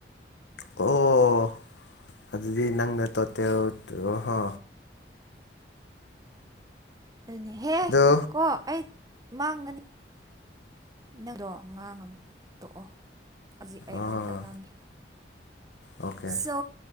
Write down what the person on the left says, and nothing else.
ꯑꯣ ꯑꯗꯨꯗꯤ ꯅꯪꯅ ꯇꯣꯇꯦꯜ ꯇ ꯍꯣ
ꯑꯗꯣ
ꯑꯥ
ꯑꯣꯀꯦ